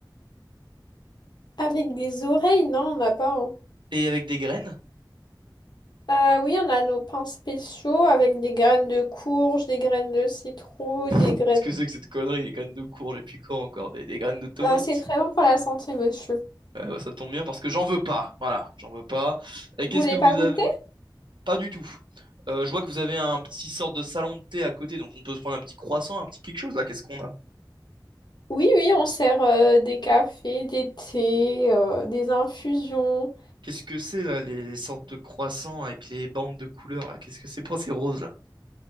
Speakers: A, on the left; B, on the right.
A: Avec des oreilles, non, on n'a pas. hein.
B: et avec des graines
A: Euh, oui, on a nos pains spéciaux avec des graines de courge, des graines de citrouille, des
B: Qu'est-ce
A: graines...
B: que c'est que cette connerie des graines de courge depuis quand encore des, des graines de tomates
A: Euh, c'est très bon pour la santé, monsieur.
B: Euh, bah, ça tombe bien parce que j'en veux pas voilà j'en veux pas et qu'est-ce
A: Vous voulez
B: que vous
A: pas goûter?
B: avez pas du tout Euh, je vois que vous avez un petit sorte de salon de thé à côté donc on peut se prendre un petit croissant un petit quelque chose là qu'est-ce qu'on a
A: Oui, oui, on sert euh, des cafés, des thés, euh, des infusions.
B: Qu'est-ce que c'est là, les sortes de croissants avec les bandes de couleurs là? Qu'est-ce que c'est? Pourquoi c'est rose là?